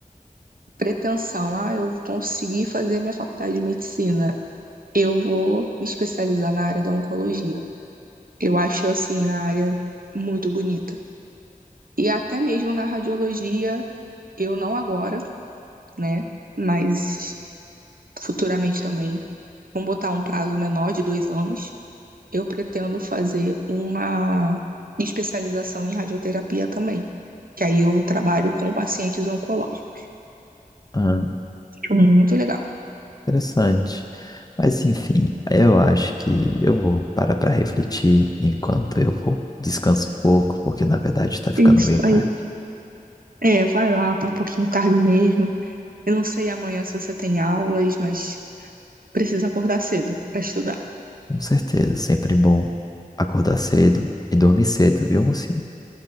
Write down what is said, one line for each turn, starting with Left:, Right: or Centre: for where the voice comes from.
Right: pretensão, ah, eu consegui fazer minha faculdade de medicina, eu vou me especializar na área da oncologia. Eu acho, assim, a área muito bonita. E até mesmo na radiologia, eu não agora, né? Mas futuramente também. vamos botar um prazo menor de dois anos, eu pretendo fazer uma especialização em radioterapia também. Que aí eu trabalho com pacientes oncológicos.
Left: Uhum.
Right: Acho muito legal.
Left: Interessante. Mas enfim, eu acho que eu vou parar para refletir enquanto eu vou descanso um pouco, porque na verdade está ficando
Right: Isso
Left: meio tarde.
Right: aí. É, vai lá, tá um pouquinho tarde mesmo. Eu não sei amanhã se você tem aulas, mas precisa acordar cedo para estudar.
Left: Com certeza, sempre bom acordar cedo e dormir cedo, viu, mocinha?